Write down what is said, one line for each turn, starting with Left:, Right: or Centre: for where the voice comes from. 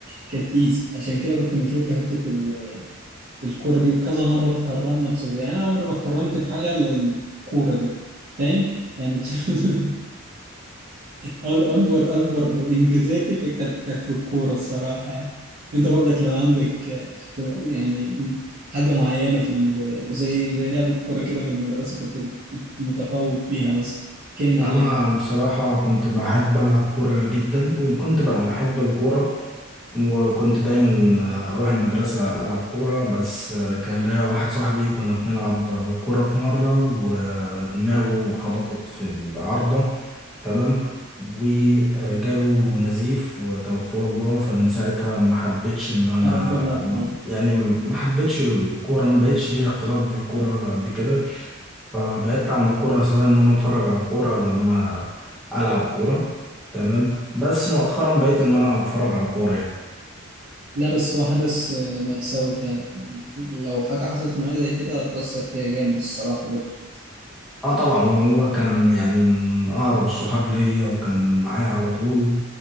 Right: كانت ايزي عشان كده كنت مشهور في حته ال- الكوره دي وكذا مره اتكرمنا بسبب يعني انا عمري ما اتكرمت في حاجه الا الكوره دي فاهم يعني <laughs> اكبر اكبر انجازاتي كانت كانت في الكوره الصراحه يعني انت برضك لو عندك آه، يعني حاجه معينه في ال- زي زي لعب الكوره كده في المدرسه كنت بت- متفوق فيها مثلا كنا
Centre: انا
Right: عليه
Centre: بصراحة كنت بحب العب كورة جدا وكنت بحب الكورة وكنت دايما آه، اروح المدرسة العب كورة بس آه، كان ليا واحد صاحبي كنا بنلعب كورة في مرة ودماغه خبطت في العارضة تمام وجاله نزيف وتوفاه الله فمن ساعتها ما حبيتش ان انا
Right: ربنا يرحمه
Centre: يعني ما حبيتش الكورة ما بقتش ليا اختلاط بالكورة قد كده فبعدت عن الكورة سواء ان انا اتفرج على كورة او ان انا العب كورة تمام بس مؤخرا بقيت ان انا اتفرج على كورة يعني
Right: لا بس هو حدث آه، مأساوي فعلا لو حاجه حصلت معايا زي كده هتأثر فيها جامد الصراحه برضه
Centre: اه طبعا هو كان يعني من اقرب الصحاب ليا وكان معايا على طول